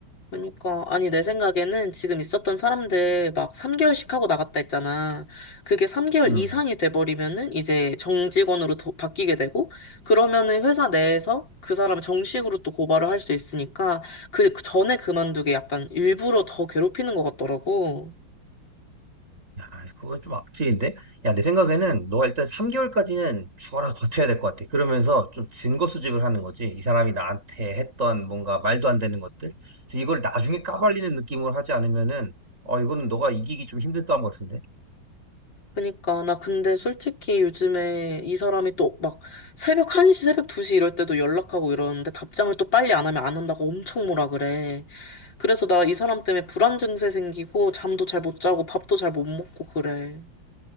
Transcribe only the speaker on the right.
음.
야, 그건 좀 악질인데? 야, 내 생각에는 너가 일단 3개월까지는 죽어라 버텨야 될 것 같아. 그러면서 좀 증거 수집을 하는 거지. 이 사람이 나한테 했던 뭔가 말도 안 되는 것들. 그래서 이걸 나중에 까발리는 느낌으로 하지 않으면은, 어, 이거는 너가 이기기 좀 힘든 싸움 같은데?